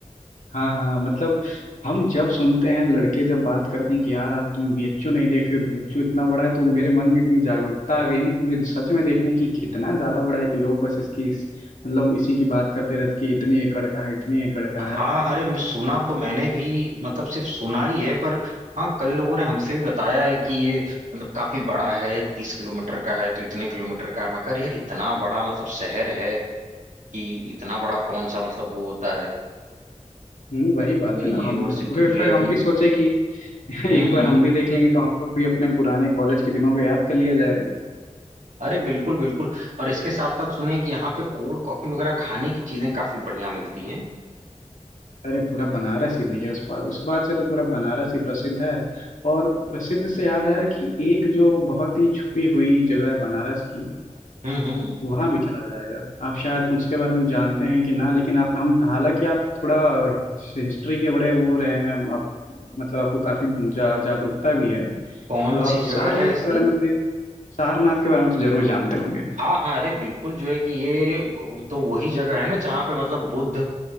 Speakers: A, on the left (about 75°); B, on the right (about 75°).
A: हाँ हाँ मतलब हम जब सुनते हैं लड़के जब बात करते हैं कि यार आप तुम बीएचयू नहीं देखे बीएचयू इतना बड़ा है तो मेरे मन में इतनी जागरूकता आ गई है ना कि मुझे सच में देखने की कितना ज्यादा बड़ा है कि लोग बस इसकी इस, मतलब इसी की बात करते रहते कि इतने एकड़ का है इतने एकड़ का
B: हाँ
A: है
B: अरे मैं- सुना तो मैंने भी मतलब सिर्फ सुना ही है पर हाँ कई लोगों ने हमसे भी बताया है कि ये मतलब काफी बड़ा है तीस किलोमीटर का है तो इतने किलोमीटर का है मैं कह रहा, यार इतना बड़ा मतलब शहर है कि इतना बड़ा कौन सा मतलब वो होता है
A: हम्म वही बात
B: मैं
A: है
B: ये
A: ना
B: यूनिवर्सिटी
A: हम फिर
B: जो
A: फिर
B: है कि
A: हम भी सोचे कि <laughs>
B: हम्म
A: एक बार
B: हम्म
A: हम भी देख लेंगे तो हम लोग भी अपने पुराने कॉलेज के दिनों को याद कर लिया जाएगा
B: अरे बिल्कुल बिल्कुल और इसके साथ साथ सुने कि यहाँ पे कोल्ड कॉफी वगैरह खाने की चीजें काफी बढ़िया मिलती हैं
A: अरे पूरा बनारस ही भैया उस बात उस बात से तो पूरा बनारस ही प्रसिद्ध है और प्रसिद्ध से याद आया कि एक जो बहुत ही छुपी हुई जगह है बनारस की
B: हम्म हम्म
A: वहां भी चला जाएगा आप शायद उसके बारे में जानते हैं कि ना लेकिन आप हम हालांकि आप थोड़ा हिस्ट्री के बड़े वो रहे हैं आप मतलब आपको काफी जा, जागरूकता भी है
B: कौन
A: तो आप
B: सी जगह
A: सारनाथ
B: है ऐसी
A: के बारे में तो- सारनाथ के बारे में तो जरूर जानते होंगे
B: हाँ हाँ अरे बिल्कुल जो है कि ये तो वही जगह है ना जहाँ पे मतलब बुद्ध